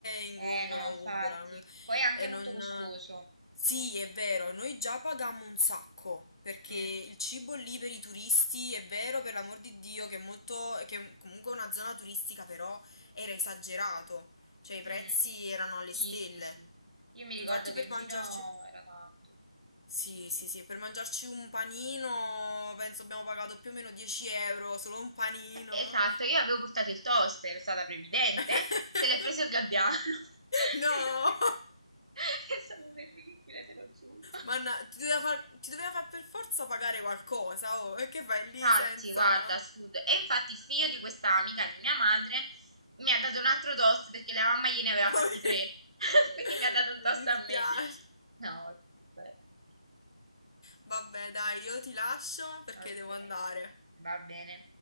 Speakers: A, on the left; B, on the right.
A: in
B: Eh
A: gongola
B: no, infatti.
A: o gondola. non- so.
B: Poi è anche
A: E
B: molto
A: non...
B: costoso.
A: Sì, è vero, noi già pagammo un sacco, perché
B: Mm,
A: il cibo lì per i turisti è vero, per l'amor di Dio, che è molto, che è comunque una zona turistica, però era esagerato, cioè i prezzi
B: mm.
A: erano alle
B: Sì,
A: stelle.
B: sì, sì. Io mi
A: Infatti
B: ricordo che
A: per
B: in giro
A: mangiarci...
B: era tanto.
A: Sì,
B: Sì, sì.
A: sì, sì, per mangiarci un panino penso abbiamo pagato più o meno 10 euro, solo un panino.
B: Esatto, io avevo portato il toaster, è stata previdente,
A: <laughs>
B: se l'è preso il gabbiano. <laughs>
A: No!
B: È stato terribile, te lo giuro.
A: Manna, ti doveva far, ti doveva far per forza pagare qualcosa, oh, e che fai
B: Infatti,
A: lì senza...
B: guarda, assurdo. E infatti il figlio di questa amica di mia madre mi ha dato un altro toast perché la mamma gliene aveva fatti
A: Poi-
B: tre. <laughs> Quindi
A: <laughs>
B: mi ha dato un
A: Mi
B: toast
A: dispiace.
B: a me. No, comunque, sì.
A: Vabbè, dai, io ti lascio perché
B: Ok,
A: devo andare.
B: va bene.